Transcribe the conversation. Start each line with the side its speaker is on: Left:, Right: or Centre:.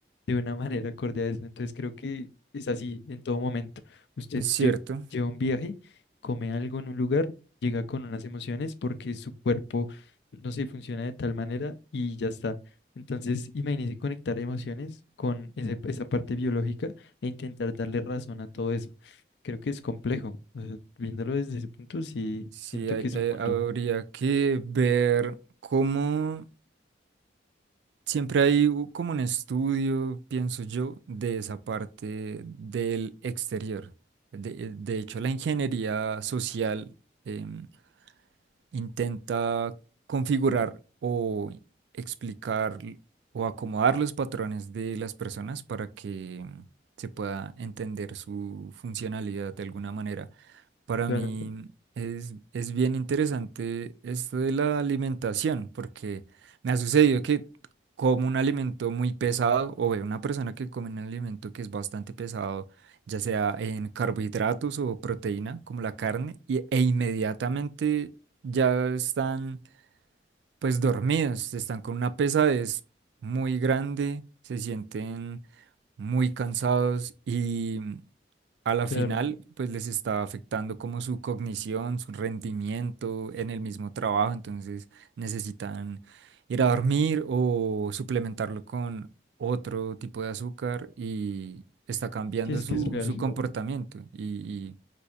Left: de una manera acorde a eso. Entonces creo que es así en todo momento. Usted
Right: Es cierto,
Left: lle- lleva un viaje, come algo en un lugar, llega con unas emociones porque su cuerpo, no sé, funciona de tal manera y ya está. Entonces, imagínese conectar emociones con ese- esa parte biológica e intentar darle razón a todo eso. Creo que es complejo. O sea, viéndolo desde ese punto, sí,
Right: sí,
Left: siento
Right: hay-
Left: que es
Right: eh,
Left: un mundo.
Right: habría que ver cómo siempre hay u- como un estudio, pienso yo, de esa parte del exterior. De, eh, de hecho, la ingeniería social em, intenta configurar o explicar l- o acomodar los patrones de las personas para que em, se pueda entender su funcionalidad de alguna manera. Para
Left: Claro,
Right: mí es, es bien interesante esto de la alimentación, porque me ha sucedido que como un alimento muy pesado, o veo una persona que come un alimento que es bastante pesado, ya sea en carbohidratos o proteína, como la carne, y- e inmediatamente ya están pues dormidos, están con una pesadez muy grande, se sienten muy cansados y a la
Left: claro.
Right: final, pues les estaba afectando como su cognición, su rendimiento en el mismo trabajo, entonces necesitan ir a dormir o suplementarlo con otro tipo de azúcar y está cambiando
Left: Sí, es
Right: su,
Left: que es real.
Right: su comportamiento y, y